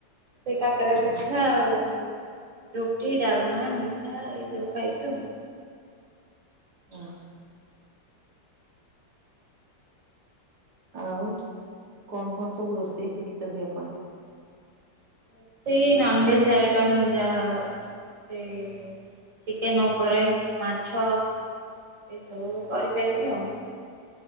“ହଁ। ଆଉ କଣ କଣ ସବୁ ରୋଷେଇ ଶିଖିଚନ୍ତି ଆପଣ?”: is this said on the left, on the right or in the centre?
Right